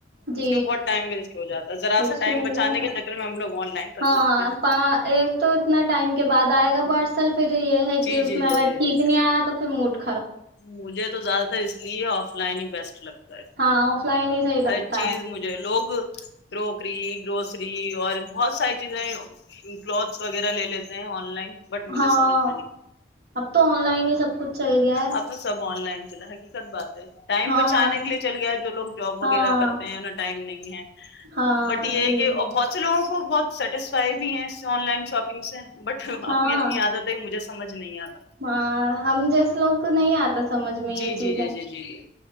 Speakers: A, on the right; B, on the left.
A: جی
B: اس میں بہت ٹائم ویسٹ ہو جاتا ہے ذرا
A: ایکسچینج
B: سا ٹائم بچانے
A: کرنا
B: کے چکر میں ہم لوگ آن لائن کرنے
A: ہاں
B: لگتے ہیں
A: پ ایک تو اتنا ٹائم کے بعد آئے گ پارسل پھر یہ ہے
B: جی
A: کہ اس
B: جی
A: میں
B: جی
A: اگر
B: جی
A: ٹھیک
B: جی جی
A: نہیں آیا تو پھر مٹ
B: مجھے تو زیادہ تر اس لیے آف لائن ہی بیس لگتا
A: ہاں آف لائن ہی صحیح لگتا
B: ہر چیز
A: ہے
B: مجھے لوگ کروکری گروسری اور بہت ساری چیزیں کلوتھس وغیرہ لے لیتے ہیں آن لائن بٹ مجھے
A: ہاں
B: سمجھ
A: اب تو آن لائن ہی سب کچھ چل گیا ہے
B: آپ تو سب آن لائن چلا ہے کت بات ہے ٹائم
A: ہاں
B: بچانے کے لیے چل گیا ہے جو لوگ جاب وغیرہ
A: ہاں
B: کرتے ہیں انیں ٹائم نہیں ہے
A: ہاں
B: بٹ یہ
A: جی
B: ہے کہ بہت سے لوگوں بہت سیٹسفائی بھی ہے آن لائن شاپنگ سے بٹ
A: ہاں
B: اپنی اپنی عادت ہے مجھے سمج نہیں آ
A: ہاں ہم جیسے لوگ نہیں آتا سمجھ میں یہ
B: جی
A: چیزیں
B: جی جی جی جی جی